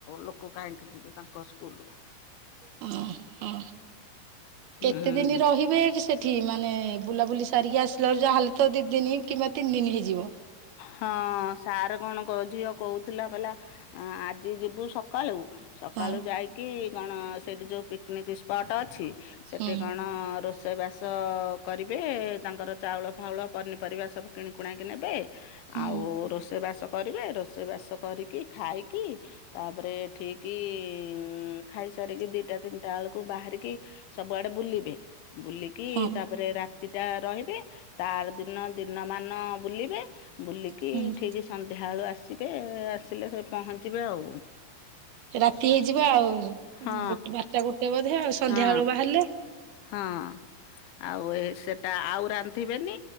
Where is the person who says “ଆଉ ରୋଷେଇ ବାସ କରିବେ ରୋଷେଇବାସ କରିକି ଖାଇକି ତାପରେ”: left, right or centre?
Left